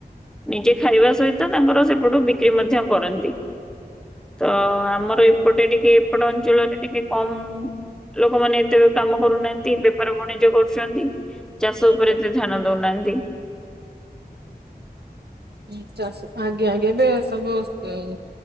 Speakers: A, in the centre; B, on the right.
A: ନିଜେ ଖାଇବା ସହିତ ତାଙ୍କର ସେପଟୁ ବିକ୍ରି ମଧ୍ୟ କରନ୍ତି। ତ ଆମର ଏପଟେ ଟିକେ ଏପଟ ଅଞ୍ଚଳରେ ଟିକେ କମ୍ ଲୋକମାନେ ଏତେ ଆଉ କାମ କରୁନାହାନ୍ତି ବେପାର ବଣିଜ କରୁଛ ଛନ୍ତି ଚାଷ
B: ଆଜ୍ଞା।
A: ଉପରେ ଏତେ ଧ୍ୟାନ ଦଉନାହାନ୍ତି।
B: ଁ ଚାଷ ଆଜ୍ଞା ଆ୍ ଏବେ ସବୁ <unintelligible>